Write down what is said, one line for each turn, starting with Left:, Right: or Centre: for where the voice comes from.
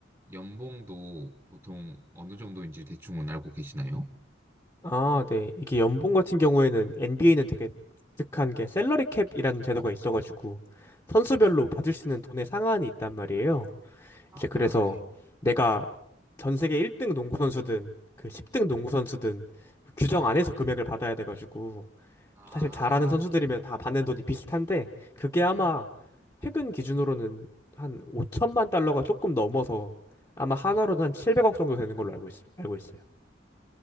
Right: 연봉도 보통 어느 정도인지 대충은 알고 계시나요?
Left: 아, 네. 이게 연봉 같은 경우에는 NBA는 되게 독특한 게 셀러리 캡이라는 제도가 있어가지고 선수별로 받을 수 있는 돈의 상한이 있단 말이에요. 이제 그래서
Right: 아, 네.
Left: 내가 전 세계 1등 농구 선수든 그 10등 농구 선수든 그 규정 안에서 금액을 받아야 돼가지고
Right: 아,
Left: 사실 잘하는 선수들이면 다 받는 돈이 비슷한데 그게 아마
Right: 네.
Left: 최근 기준으로는 한 5천만 달러가 조금 넘어서 아마
Right: 아,
Left: 한화로는 한 700억 정도 되는 걸로 알고 있, 알고
Right: 음,
Left: 있어요.